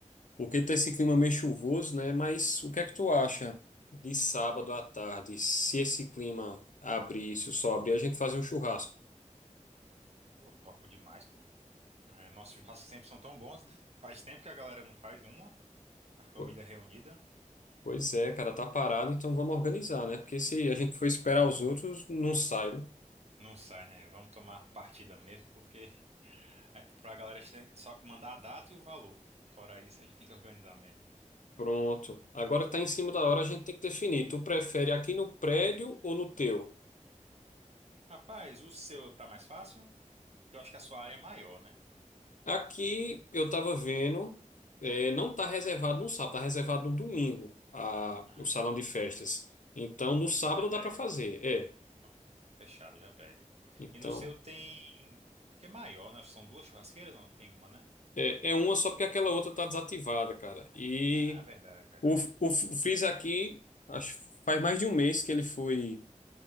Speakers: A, on the left (about 75°); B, on the right (about 55°).
A: porque tá esse clima meio chuvoso, né? Mas o que é que tu acha de sábado à tarde, se esse clima abrir, se o sol abrir, a gente fazer um churrasco?
B: Pô, topo demais, pô. Ah, Nossos churrascos sempre são tão bons, né? Faz tempo que a galera não faz uma, a família
A: Po-
B: reunida.
A: Pois é, cara, tá parado, então vamos organizar, né? Porque se a gente for esperar os outros, não sai, né?
B: Não sai, né? Vamos tomar partida mesmo, porque é, pra galera a gente tem que só mandar a data e o valor. Fora isso, a gente tem que organizar mesmo.
A: Pronto. Agora tá em cima da hora, a gente tem que definir. Tu prefere aqui no prédio ou no teu?
B: Rapaz, o seu tá mais fácil? Eu acho que a sua área é maior, né?
A: Aqui eu estava vendo, é, não está reservado no sábado, está reservado no domingo a,
B: Ai,
A: o salão de festas. Então no
B: ah,
A: sábado
B: então já pega.
A: dá para fazer, é.
B: Opa, Fechado, já pede.
A: Então
B: E no seu tem. Que é maior, né? São duas churrasqueiras? Não, tem uma, né?
A: é, é uma só porque aquela outra está desativada, cara. E
B: Ah, verdade, verdade.
A: o, o, o aqui, acho que faz mais de um mês que ele foi,